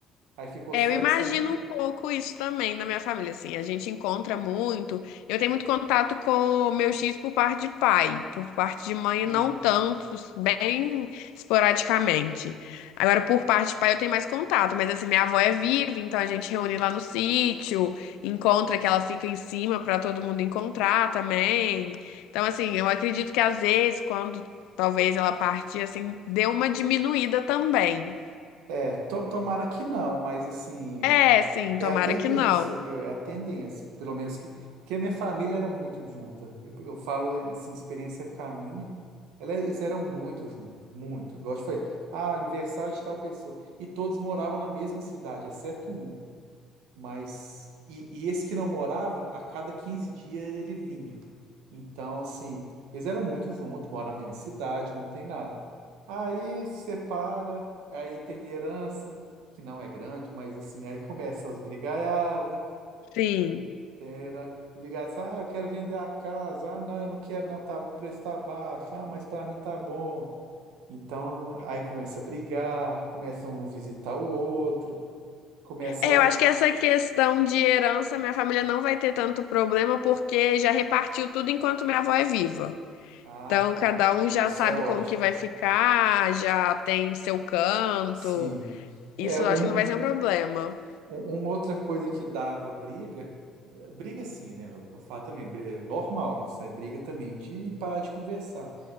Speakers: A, on the right (about 85°); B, on the left (about 85°).
A: Aí ficou
B: É,
A: só
B: eu imagino
A: essa. me-
B: um pouco isso também na minha família, assim, a gente encontra muito. Eu tenho muito contato com meus tios por parte de pai, por parte de mãe
A: assim,
B: não tanto, bem esporadicamente. Agora, por parte de pai eu tenho mais contato, mas assim, minha avó é viva, então a gente reúne lá no sítio, encontra que ela fica em cima para todo mundo encontrar também. Então, assim, eu acredito que às vezes, quando talvez ela partir, assim, deu uma diminuída também.
A: é, to- tomara que não, mas assim,
B: É, sim,
A: é
B: tomara
A: a tendência,
B: que não.
A: viu? É a tendência, pelo menos que. Porque a minha família era muito junta. Eu, eu falo em assim, experiência com a minha, ela- eles eram muito juntos, muito. Igual eu te falei, ah, aniversário de tal pessoa. E todos moravam na mesma cidade, exceto um. Mas, e, e esse que não morava, a cada 15 dias ele vinha. Então, assim, eles eram muito juntos, moram na mesma cidade, não tem nada. Aí se separa, aí tem herança, que não é grande, mas assim, aí começa as brigaiadas,
B: Sim.
A: tem herança, brigada, assim, ah, eu quero vender a casa, ah, não, eu não quero, não, tá, o preço tá baixo, ah, mas para mim tá bom. Então, aí começa a brigar, começa um não visitar o outro, começa
B: É, eu acho que essa questão de herança, minha família não vai ter tanto problema porque já repartiu tudo enquanto minha avó é viva.
A: Ah,
B: Então,
A: tá.
B: cada um já
A: Isso
B: sabe
A: é ótimo.
B: como que vai ficar, já tem seu canto.
A: Sim.
B: Isso
A: É uma,
B: eu acho que não vai ser um problema.
A: uma outra coisa que dava briga, eh, briga sim, né? Eu falo também, bri- é normal, não é briga também de parar de conversar.